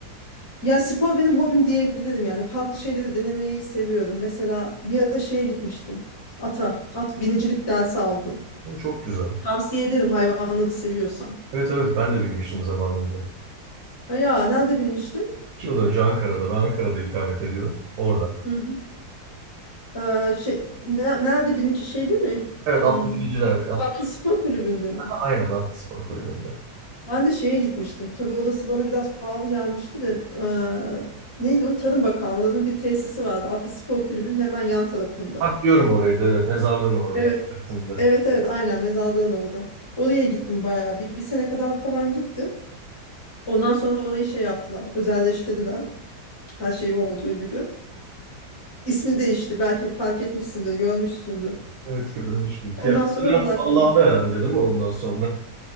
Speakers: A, on the left; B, on the right.
A: Ya spor benim hobim diyebilirim yani. Farklı şeyleri denemeyi seviyorum. Mesela bir ara şeye gitmiştim. Ata, at binicilik dersi aldım.
B: O çok güzel.
A: Tavsiye ederim hayvanları seviyorsan.
B: Evet evet ben de binmiştim zamanında.
A: Ha ya nerede binmiştin?
B: İki yıl önce Ankara'da. Ben Ankara'da ikamet ediyorum. Orada.
A: Hı hı. Ee, şey, ne- nerede binici şeyde mi?
B: Evet
A: Hmm,
B: atlı biniciler.
A: Atlı Spor Kulübü'nde mi?
B: Aynen Akspor Kulübü'nde.
A: Ben de şeye gitmiştim. Tabii odası bana biraz pahalı gelmişti de. eee, neydi o? Tarım Bakanlığı'nın bir tesisi vardı. Atlı Spor Kulübü'nün hemen yan tarafında.
B: Ha biliyorum orayı da evet. Mezarlığın oradaki
A: Evet.
B: tersinde.
A: Evet evet aynen mezarlığın orada. Oraya gittim bayağı bir, bir sene kadar falan gittim. Ondan sonra orayı şey yaptılar özelleştirdiler her şeyi olduğu gibi. İsmi değişti belki fark etmişsindir görmüşsündür.
B: Evet görmüştüm. Fiyatlar
A: Ondan sonra
B: biraz
A: bıraktım.
B: pahalandı herhalde değil mi ondan sonra?